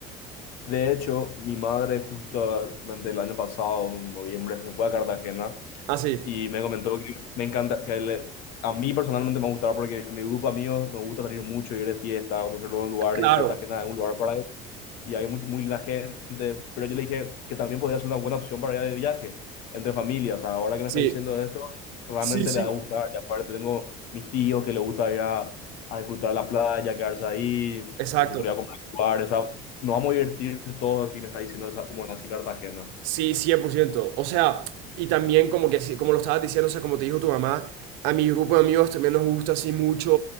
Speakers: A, on the left (about 60°); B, on the right (about 75°).
A: De hecho, mi madre justamente el año pasado, en noviembre, se fue a Cartagena
B: Ah, sí,
A: y me comentó que me encanta, que le- a mí personalmente me gustaba porque en mi grupo de amigos nos gusta salir mucho, ir de fiesta, conocer nuevos lugares
B: claro,
A: y Cartagena es un lugar y hay muy, muy linda gente, pero yo le dije que también podría ser una buena opción para ir de viaje entre familias. O sea, ahora que me
B: sí,
A: está diciendo esto, realmente
B: sí, sí,
A: le va a gustar. Y aparte tengo mis tíos que les gusta ir a, a disfrutar de la playa, quedarse ahí,
B: exacto.
A: nosotros ya comprar lugares, o sea, nos vamos a divertir todos y me está diciendo esa, como así Cartagena.
B: Sí, 100%. O sea, y también como que, sí- como lo estabas diciendo, o sea, como te dijo tu mamá, a mi grupo de amigos también nos gusta así mucho,